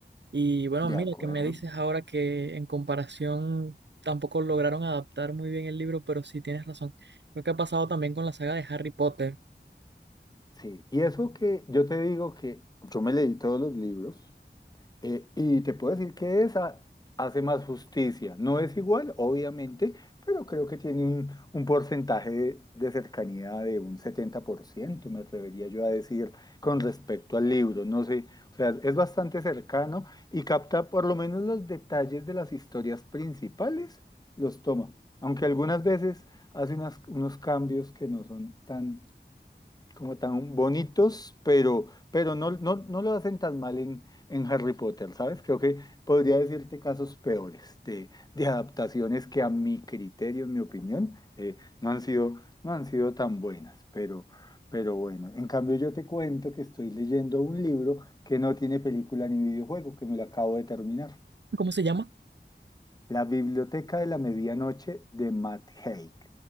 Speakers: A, on the right; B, on the left.
A: Y bueno,
B: De
A: mira,
B: acuerdo.
A: que me dices ahora que en comparación tampoco lograron adaptar muy bien el libro, pero sí tienes razón. Lo que ha pasado también con la saga de Harry Potter.
B: Sí. Y eso que yo te digo que yo me leí todos los libros. Eh, y te puedo decir que esa hace más justicia. No es igual, obviamente, pero creo que tiene un, un porcentaje de, de cercanía de un 70% me atrevería yo a decir, con respecto al libro. No sé, o sea, es bastante cercano y capta por lo menos los detalles de las historias principales, los toma. Aunque algunas veces hace unas- unos cambios que no son tan como tan bonitos, pero, pero no, no, no lo hacen tan mal en, en Harry Potter, ¿sabes? Creo que podría decirte casos peores de, de adaptaciones que a mi criterio, en mi opinión, eh, no han sido, no han sido tan buenas, pero, pero bueno, en cambio yo te cuento que estoy leyendo un libro que no tiene película ni videojuego, que me lo acabo de terminar.
A: ¿Cómo se llama?
B: La Biblioteca de la Medianoche de Matt Haig.